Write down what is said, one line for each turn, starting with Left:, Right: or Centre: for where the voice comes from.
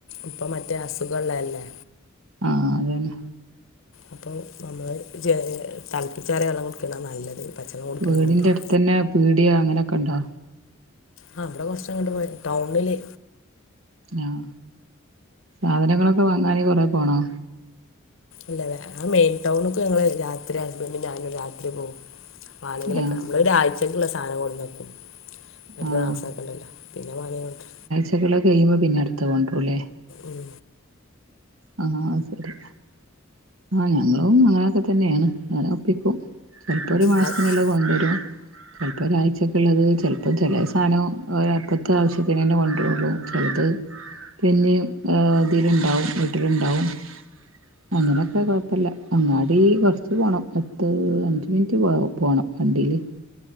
Left: ഇപ്പം മറ്റേ അസുഖഉള്ളല്ലേ
Right: ആഹ് ആഹ് അതന്നെ
Left: അപ്പോ നമ്മള് ചെ തൾപ്പിച്ചാറിയ വെള്ളം കുടിക്കണതാ നല്ലത് പച്ചവെള്ളം കുടിക്കണേക്കാട്ടിലും
Right: വീടിന്റെ അടുത്ത് തന്നെ പീടിയ അങ്ങനൊക്കെ ഉണ്ടോ?
Left: ആഹ് ഇവിടെ കൊറച്ചങ്ങട്ട് പോയാൽ ടൗണില്
Right: ആഹ് സാധനങ്ങളൊക്കെ വാങ്ങാന് കൊറെ പോണോ
Left: ഇല്ല ല്ല ആ മെയിൻ ടൗൺക്ക് ഞങ്ങൾ രാത്രി ഹസ്ബൻഡും ഞാനും രാത്രി പോവും വാണങ്കിലൊക്കെ
Right: ആഹ്
Left: നമ്മൾ ഒരാഴ്ചക്കുള്ള സാധനം കൊട്ന്നക്കും വെറുതെ
Right: ആഹ്
Left: നാസാക്കണ്ടല്ലോ പിന്നെ വാണെങ്കിൽ കൊണ്ട്ര
Right: പിന്നെള്ളത് കയ്യുമ്പോ പിന്നെ അടുത്തത് കൊണ്ടരും ല്ലേ
Left: ഉം
Right: ആഹ് ആഹ് അത് ശരിയാണ് ഞങ്ങളും അങ്ങനൊക്കെ തന്നെയാണ് അങ്ങനെ ഒപ്പിക്കും ചിലപ്പോ ഒരു മാസത്തിനുള്ളത്
Left: ആ-
Right: കൊണ്ടുവരും ചിലപ്പോ ഒരാഴ്ചക്ക് ഉള്ളത് ചിലപ്പോൾ ചില സാധനം അപ്പത്തെ ആവശ്യത്തിന് തന്നെ കൊണ്ടരോള്ളു ചിലത് പിന്നിം ഇതിലുണ്ടാവും വീട്ടിലുണ്ടാവും അങ്ങനെയൊക്കെ കുഴപ്പമില്ല അങ്ങാടി കുറച്ച് പോകണം പത്ത് അഞ്ച് മിനിറ്റ് പോ പോണം വണ്ടീല്